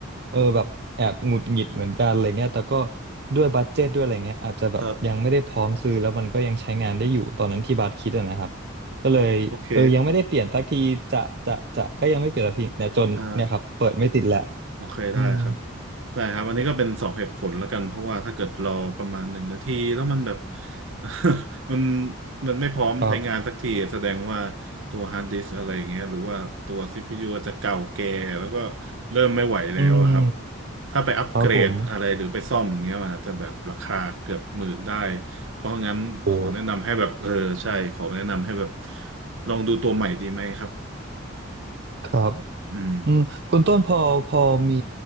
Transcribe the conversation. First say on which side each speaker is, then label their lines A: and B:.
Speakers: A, on the right; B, on the right.
A: เออแบบแอบหงุดหงิดเหมือนกันอะไรเงี้ยแต่ก็ด้วยบัดเจ็ตด้วยอะไรเงี้ยอาจจะแบบยังไม่ได้พร้อมซื้อแล้วมันก็ยังใช้งานได้อยู่ตอนนั้นที่บัสคิดอะนะครับ
B: ครับ
A: ก็เลยเออยังไม่ได้เปลี่ยนสักทีจะจะจะก็ยังไม่เปลี่ยนสักทีเนี่ยจนเนี่ยครับเปิดไม่ติดแหละ
B: โอเค ได้ โอเค
A: อืม
B: ได้ครับ ได้ครับอันนี้ก็เป็นสองเหตุผลแล้วกัน เพราะว่าถ้าเกิดรอประมาณหนึ่งนาทีแล้วมันแบบ <laughs> มันมันไม่พร้อมใช้งานสักทีแสดงว่า
A: ครับ
B: ตัวฮาร์ดดิสก์อะไรอย่างเงี้ยหรือว่าตัวซีพียูอาจจะเก่าแก่แล้วก็เริ่มไม่ไหวแล้วอะครับ
A: อืม
B: ถ้าไปอัปเกรดอะไรหรือไปซ่อมอย่างเงี้ยมันอาจจะแบบราคาเกือบหมื่นได้
A: ครับผม
B: เพราะงั้นขอแนะนำให้แบบเออใช่ขอแนะนำให้แบบ
A: โอ้
B: ลองดูตัวใหม่ดีไหมครับ
A: ครับ
B: อืม
A: อืมคุณต้นพอพอมี